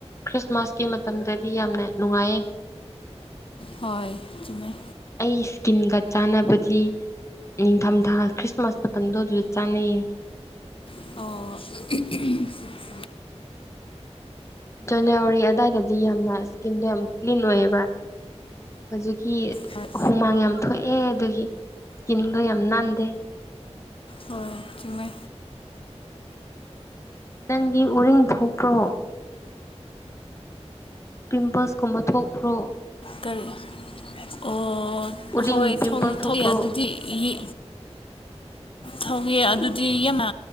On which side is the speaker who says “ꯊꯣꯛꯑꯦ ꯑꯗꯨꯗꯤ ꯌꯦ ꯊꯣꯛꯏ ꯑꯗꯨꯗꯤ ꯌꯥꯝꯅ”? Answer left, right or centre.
Left